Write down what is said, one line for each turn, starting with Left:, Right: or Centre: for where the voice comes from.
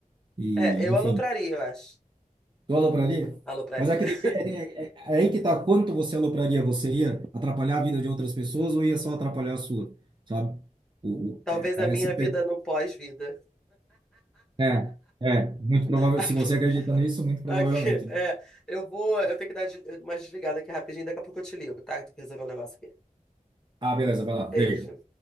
Right: e,
Centre: É, eu
Right: enfim,
Centre: alopraria, eu acho.
Right: Tu alopraria?
Centre: Alopraria.
Right: Mas é que depende,
Centre: <laughs>
Right: é, é- é aí que tá, quanto você alopraria, você ia atrapalhar a vida de outras pessoas ou ia só atrapalhar a sua, sabe? O,
Centre: Hum,
Right: o-
Centre: Talvez
Right: é,
Centre: a minha
Right: é essa
Centre: vida
Right: pe-
Centre: no pós-vida.
Right: é, é, muito provável,
Centre: <laughs> Aqui,
Right: se você acredita nisso, muito provavelmente.
Centre: aqui, é,
Right: né?
Centre: eu vou, eu tenho que dar de- uma desligada aqui rapidinho, daqui a pouco eu te ligo, tá? Tem que Resolver um negócio aqui.
Right: Ah, beleza, vai lá, beijo.
Centre: Beijo.